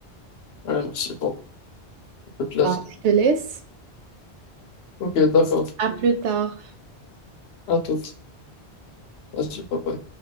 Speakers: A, on the left; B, on the right.
A: Ouais, merci beaucoup. Ça fait plaisir.
B: Bah, je te laisse.
A: Ok, d'accord.
B: À plus tard.
A: À toutes. Vas-y, bye bye.